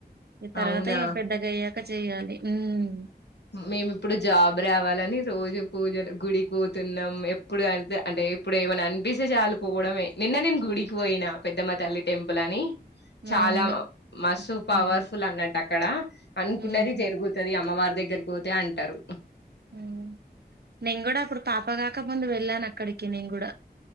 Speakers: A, on the right (about 70°); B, on the left (about 90°).
A: ఈ తర్వాత
B: అవునా
A: ఇంగ పెద్దగా అయ్య చెయ్యాలి హుమ్
B: మేమ్ ఇప్పుడే జాబ్ రావాలని రోజు పూజలు గుడికి పోతున్నాం ఎప్పుడు అే అంటే ఎప్పుడు ఏమనా అనిపిస్తే చాలు పోవడమే నిన్న నేను గుడికి పోయినా పెద్దమ తల్లి టెంపుల్ అని చాలా
A: అవును
B: మస్తు పవర్ఫుల్
A: ఉమ్
B: అన్నట్టు అక్కడ అనుకున్నది
A: ఉమ్
B: జరుగుతది అమ్మవారి దగ్గరిక్ పోతే అంటరు
A: మ్మ్ నేను కూడా అప్పుడు పాప కాక ముందు వెళ్ళాను అక్కడికి నేను కూడా